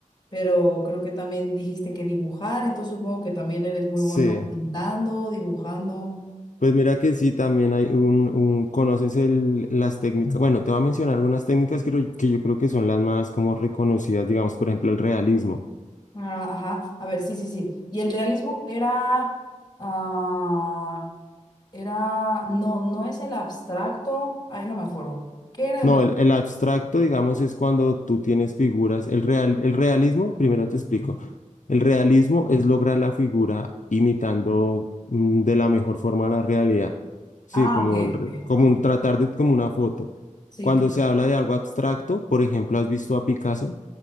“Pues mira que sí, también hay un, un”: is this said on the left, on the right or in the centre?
Left